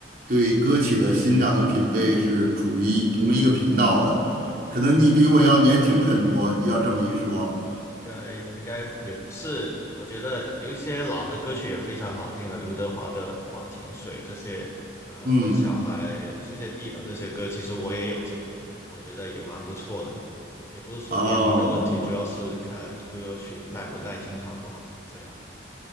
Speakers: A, on the right (about 50°); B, on the left (about 15°).
A: 对歌曲的欣赏的品味是处于同一个频道的，可能你比我要年轻很多，你要这么一说，
B: 应该应该也不是，我觉得有一些老的歌曲也非常好听的，刘德华的《忘情水》这些，呃，
A: 嗯。
B: 《笨小孩》《世界第一等》这些歌，其实我也有听了，我觉得也蛮不错的。也不是说年龄的问题，
A: 哦，
B: 主要是看歌曲耐不耐听、好不好听这样。